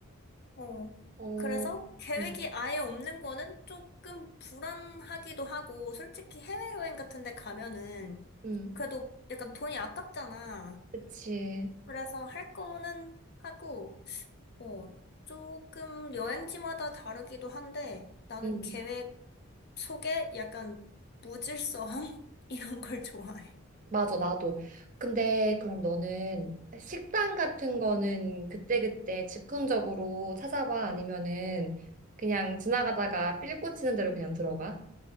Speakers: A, on the left (about 50°); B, on the right (about 35°).
A: 어.
B: 어,
A: 그래서 계획이
B: 음,
A: 아예 없는 거는 조금 불안하기도 하고, 솔직히 해외여행 같은 데 가면은
B: 음,
A: 그래도 약간 돈이 아깝잖아.
B: 그치.
A: 그래서 할 거는 하고, 어, 조금 여행지마다 다르기도 한데, 나는
B: 음,
A: 계획 속에 약간 무질서함? <laughs> 이런 걸 좋아해.
B: 맞아, 나도. 근데 그럼 너는 식당 같은 거는 그때그때 즉흥적으로 찾아봐? 아니면은 그냥 지나가다가 삘 꽂히는 대로 그냥 들어가?